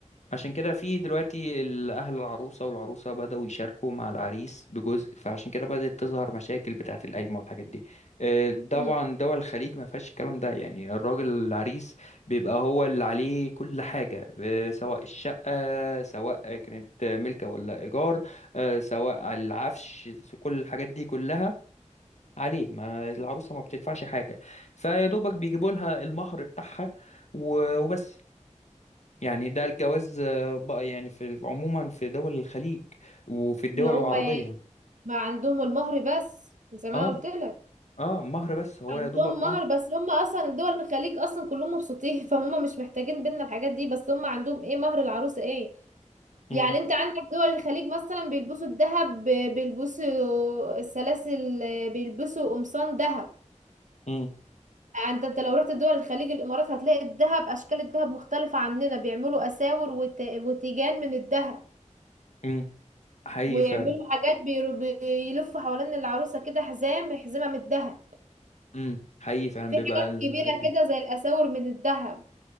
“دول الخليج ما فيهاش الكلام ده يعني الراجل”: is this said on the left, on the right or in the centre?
Left